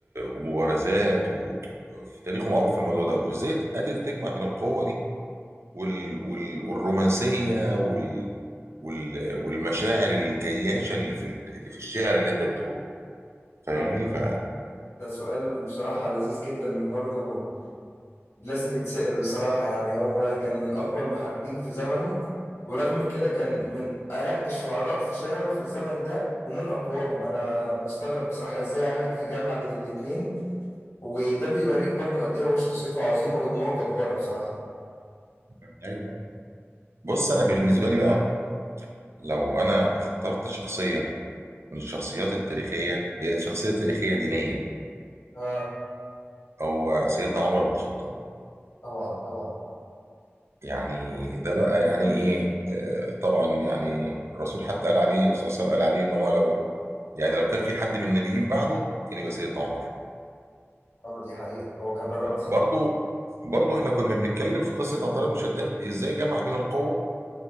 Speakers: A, on the right; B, on the left.
A: ومبارزات و... في تاريخه معروف في الموضوع ده وازاي قادر تجمع بين القوة دي وال... وال... والرومانسية وال... وال... والمشاعر الجياشة اللي في ال... اللي في الشعر اللي انت بتقوله فاهمني
B: آه،
A: ف
B: ده سؤال بصراحة لذيذ جدا برضه لازم يتسأل بصراحة يعني هو كان من أقوى المحاربين في زمنه ورغم كده كان من أرق الشعراء في شعره في الزمن ده ومن أقواهم أنا مستغرب بصراحة إزاي عارف يجمع بين الاتنين وده بيوريك برضو قد إيه هو شخصيته عظيمة ودماغه جبارة بصراحة
A: <laughs> ايوه طبعا بص انا بالنسبة لي بقى لو انا اخترت شخصية من الشخصيات التاريخية هي شخصية تاريخية دينية
B: آه
A: هو سيدنا عمر بن الخطاب
B: طبعا طبعا
A: يعني ده بقى يعني ايه آه، طبعا يعني الرسول حتى قال عليه الرسول صلى الله عليه وسلم قال عليه ان هو لو يعني لو كان في حد من النبيين بعده كان يبقى سيدنا عمر
B: آه دي حقيقة هو كان راجل عظيم
A: برضه برضه احنا كنا بنتكلم في قصه عنتر بن شداد ازاي جمع بين القوه